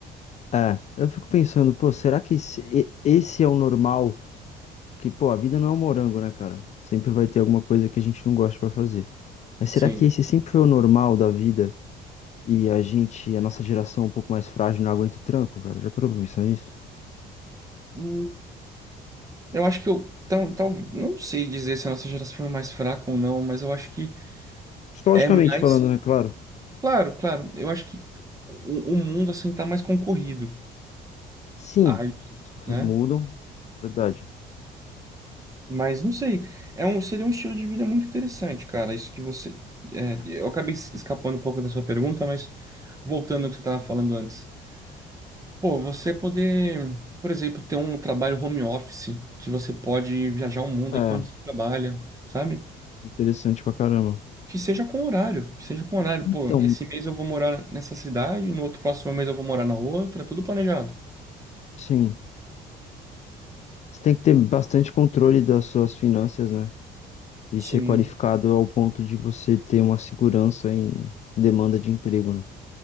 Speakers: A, on the left (about 40°); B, on the right (about 20°).
A: É, eu fico pensando, pô, será que esse e- esse é o normal? Que, pô, a vida não é um morango, né, cara? Sempre vai ter alguma coisa que a gente não gosta pra fazer. Mas
B: Sim.
A: será que esse sempre foi o normal da vida e a gente, a nossa geração é um pouco mais frágil, não aguenta o tranco, cara? Já parou pra pensar nisso?
B: Hum, Eu acho que eu tal, tal, não sei dizer se a nossa geração foi mais fraca ou não, mas eu acho que
A: Psicologicamente
B: é mais.
A: falando, né, claro?
B: Claro, claro. Eu acho que o, o mundo assim tá mais concorrido.
A: Sim,
B: Aí,
A: as coisas
B: né?
A: mudam, verdade.
B: Mas não sei. É um, seria um estilo de vida muito interessante, cara. Isso que você. é, eu acabei es- escapando um pouco da sua pergunta, mas voltando ao que você estava falando antes. Pô, você poder, por exemplo, ter um trabalho home office, que você pode viajar o mundo
A: É,
B: enquanto você trabalha, sabe?
A: interessante pra caramba.
B: Que seja com horário, que seja com horário.
A: Então,
B: Pô, esse mês eu vou morar nessa cidade, no outro próximo mês eu vou morar na outra, tudo planejado.
A: sim, você tem que ter bastante controle das suas finanças, né? E
B: Sim,
A: ser qualificado ao ponto de você ter uma segurança em demanda de emprego, né?